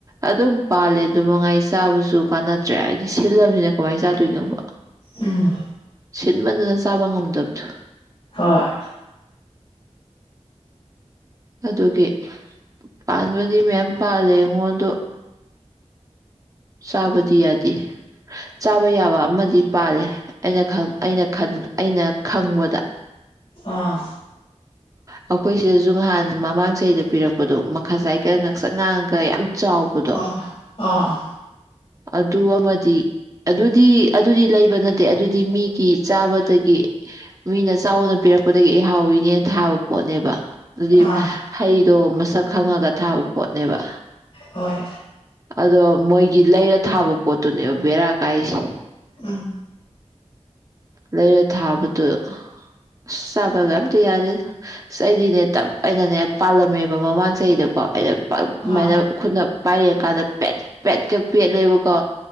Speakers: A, on the right; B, on the left.
A: ꯑꯗꯨꯝ ꯄꯥꯜꯂꯦ ꯑꯗꯨ ꯃꯉꯥꯏ ꯆꯥꯕꯁꯨ ꯀꯥꯟꯅꯗ꯭ꯔꯦ ꯍꯥꯏꯗꯤ ꯁꯤꯜꯂꯕꯅꯤꯅ ꯀꯃꯥꯏꯅ ꯆꯥꯗꯣꯏꯅꯣꯕ
B: ꯎꯝ
A: ꯁꯤꯟꯕꯗꯨꯅ ꯆꯥꯕ ꯉꯝꯗꯕꯗꯣ
B: ꯍꯣꯏ
A: ꯑꯗꯨꯒꯤ ꯄꯥꯟꯕꯗꯤ ꯃꯌꯥꯝ ꯄꯥꯜꯂꯦ ꯑꯩꯉꯣꯟꯗ ꯆꯥꯕꯗꯤ ꯌꯥꯗꯦ ꯆꯥꯕ ꯌꯥꯕ ꯑꯃꯗꯤ ꯄꯥꯜꯂꯦ ꯑꯩꯅ ꯑꯩꯅ ꯑꯩꯅ ꯈꯪꯕꯗ
B: ꯑꯥ
A: ꯑꯩꯈꯣꯏ ꯁꯤꯗꯁꯨ ꯉꯍꯥꯟ ꯃꯃꯥꯡ ꯆꯍꯤꯗ ꯄꯤꯔꯛꯄꯗꯣ ꯃꯈꯥ ꯆꯥꯏꯀ ꯉꯥꯛꯆꯪ ꯉꯥꯡꯉꯒ ꯌꯥꯝ ꯆꯥꯎꯕꯗꯣ
B: ꯍꯣꯏ ꯑꯥ
A: ꯑꯗꯨ ꯑꯃꯗꯤ ꯑꯗꯨꯗꯤ ꯑꯗꯨꯗꯤ ꯂꯩꯕ ꯅꯠꯇꯦ ꯑꯗꯨꯗꯤ ꯃꯤꯒꯤ ꯆꯥꯕꯗꯒꯤ ꯃꯤꯅ ꯆꯥꯎꯅ ꯄꯤꯔꯛꯄꯗꯒꯤ ꯑꯩ ꯍꯥꯎꯋꯤꯅꯦ ꯊꯥꯕ ꯄꯣꯠꯅꯦꯕ ꯑꯗꯨꯗꯤ
B: ꯑꯥ
A: ꯍꯩꯗꯣ ꯃꯁꯛ ꯈꯪꯉꯒ ꯊꯥꯕ ꯄꯣꯠꯅꯦꯕ
B: ꯍꯣꯏ
A: ꯑꯗꯣ ꯃꯣꯏꯒꯤ ꯂꯩꯔ ꯊꯥꯕ ꯄꯣꯠꯇꯨꯅꯦꯕ ꯕꯦꯔꯥ ꯀꯥꯏꯁꯦ
B: ꯎꯝ
A: ꯂꯩꯔ ꯊꯥꯕꯗꯨ ꯑꯁ ꯆꯥꯕꯒ ꯑꯝꯇ ꯌꯥꯗꯦ ꯑꯁ ꯆꯩꯗꯤꯅꯦ ꯇꯞ ꯑꯩꯅꯅꯦ ꯄꯥꯜꯂꯝꯃꯦꯕ ꯃꯃꯥꯡ ꯆꯍꯤꯗꯀꯣ ꯑꯩꯅ ꯄꯛ ꯑꯗꯨꯃꯥꯏꯅ
B: ꯑꯥ
A: ꯈꯨꯠꯅ ꯄꯥꯏꯔꯡꯀꯥꯟꯗ ꯄꯦꯠ ꯄꯦꯠꯀ ꯄꯦꯠꯂꯦꯕꯀꯣ